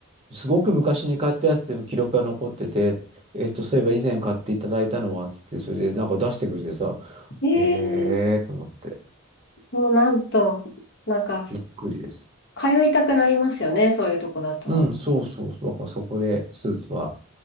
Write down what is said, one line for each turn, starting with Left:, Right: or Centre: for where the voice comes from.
Right: すごく昔に買ったやつでも記録が残ってて、えっと、そういえば以前買っていただいたのは、つって、それでなんか出してくれてさ、
Left: ええ
Right: へえーと思って、
Left: もうなんと、なんか
Right: びっくりです。
Left: 通いたくなりますよね、そういうとこだと。
Right: うん、そうそうそう。だからそこでスーツは